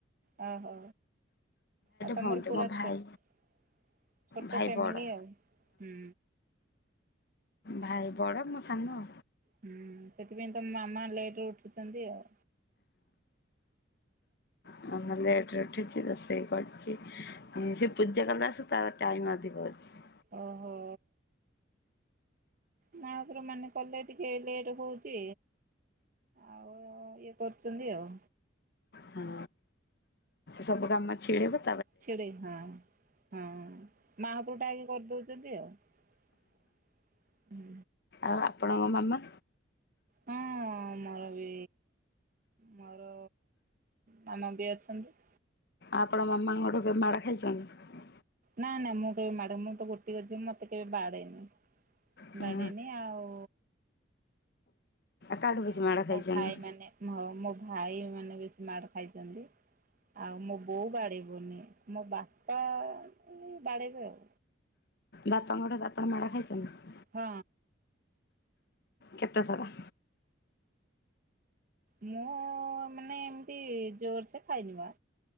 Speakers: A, on the right; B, on the left.
A: ଓ ହୋ ଆଉ ତମର
B: ଭଉଣୀଟେ
A: ପୁରା
B: ମୋ ଭାଇ
A: ଛୋଟ
B: ଭାଇ
A: ଫ୍ୟାମିଲି
B: ବଡ଼
A: ଆଉ ହଁ
B: ଭାଇ ବଡ ମୁଁ ସାନ।
A: ହୁଁ ସେଥିପାଇଁ ତ ମାମା ଲେଟ ଉଠୁଛନ୍ତି ଆଉ।
B: ମାମା ଲେଟରେ ଉଠିଛି ରୋଷେଇ କରିଛି ସେ ପୂଜା କଲା ତାର ଟାଇମ ଅଧିକ ଅଛି।
A: ଓହୋ। ମାହାପୁର ମାନେ କଲେ ଟିକେ ଲେଟ ହଉଛି ଆଉ ଇଏ କରୁଛନ୍ତି ଆଉ।
B: ହଁ ସବୁ କାମ ଛିଡେଇବେ।
A: ଛଡ଼େଇ ହଁ ହଁ। ମାହାପ୍ରଭ ଟା ଆକି କରିଦଉଛନ୍ତି ଆଉ ହୁଁ।
B: ଆଉ ଆପଣଙ୍କ ମାମା?
A: ହଁ ମୋର ବି ମୋର ମାମା ବି ଅଛନ୍ତି।
B: ଆପଣ ମାମାଙ୍କ ଠୁ କେବେ ମାଡ ଖାଇଛନ୍ତି?
A: ନା ନା ମୁଁ କେବେ ମାଡ ମୁଁ ତ ଗୋଟିଏ ଝିଅ ମତେ କେବେ ବାଡ଼େଇନି
B: ହଁ
A: ବାଡ଼େଇନି ଆଉ।
B: କାହାଠୁ ବେଶୀ
A: ଆଉ
B: ମାଡ଼ ଖାଇଛନ୍ତି?
A: ମୋ ଭାଇ ମାନେ ମୋ ମୋ ଭାଇ ମାନେ ବେଶୀ ମାଡ ଖାଇଛନ୍ତି ଆଉ ମୋ ବୋଉ ବାଡ଼େଇବନି ମୋ ବାପା ବାଡ଼େଇବେ ଆଉ।
B: ବାପାଙ୍କ ଠାରୁ ଆପଣ ମାଡ ଖାଇଛନ୍ତି?
A: ହଁ।
B: କେତେ ଥର?
A: ମୁଁ ମାନେ ଏମତି ଜୋରସେ ଖାଇନି ବା